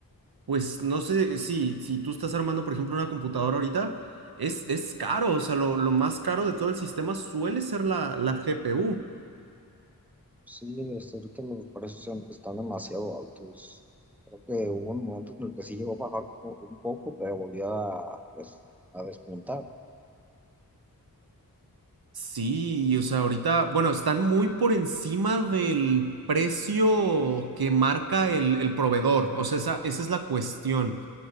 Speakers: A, on the right (about 80°); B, in the centre.
A: pues no sé si, si tú estás armando por ejemplo una computadora ahorita, es, es caro, o sea, lo, lo más caro de todo el sistema suele ser la, la GPU.
B: Sí, este, ahorita los precios son- están demasiado altos. Creo que hubo un momento en el que sí llegó a bajar po- un poco, pero volvió a, pues, a despuntar.
A: Sí, o sea, ahorita, bueno, están muy por encima del precio que marca el, el proveedor, o sea, esa, esa es la cuestión.